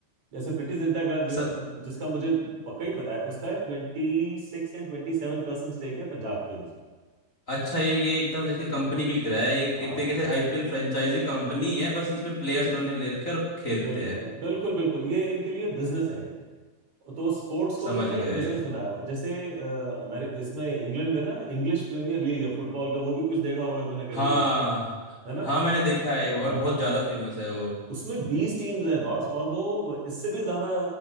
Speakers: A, on the right; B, on the left.
A: जैसे प्रीटी जिंटा का जो
B: स,
A: जिसका मुझे पक्का ही पता है उसका ट्वेंटी सिक्स या ट्वेंटी सेवन परसेंट स्टेक है पंजाब किंग्स में
B: अच्छा ये ये एकदम जैसे कंपनी की तरह है ये
A: हाँ
B: एक तरीके
A: हाँ।
B: से आईपीएल फ्रेंचाइजी कंपनी है बस इसमें प्लेयर्स इन्होंने ले रखे हैं और खेलते
A: बिल्कुल
B: हैं
A: बिल्कुल बिल्कुल ये इनके लिए बिजनेस है एक तो स्पोर्ट्स को
B: समझ
A: इन्होंने
B: गए
A: एक बिजनेस बनाया हुआ है जैसे अमेर इसमें इंग्लैंड में ना इंग्लिश प्रीमियर लीग है फुटबॉल का वो भी कुछ देखा होगा तूने कभी
B: हाँ
A: कभी है ना
B: हाँ मैंने देखा है और
A: हाँ
B: बहुत ज़्यादा फेमस है वो
A: उसमें बीस टीम्स हैं बॉस और वो इससे भी ज्यादा